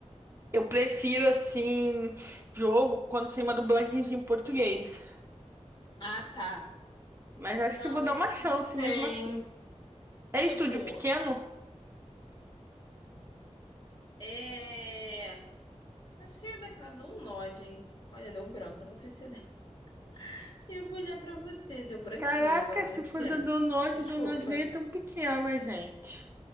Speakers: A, on the right; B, on the left.
A: eu prefiro, assim, jogo quando tem uma dublagem em português.
B: Ah, tá.
A: Mas acho
B: Não,
A: que eu vou dar
B: esse
A: uma chance
B: não tem.
A: mesmo assim. É
B: Tipo,
A: estúdio pequeno?
B: É. Acho que é daquela do Nod, hein? Olha, deu branco. Não sei se é. de- <laughs> Eu vou olhar pra você. Deu branquinho
A: Caraca,
B: agora de
A: se
B: onde
A: for
B: que é.
A: da Download,
B: Desculpa.
A: o Download nem é tão pequena, gente.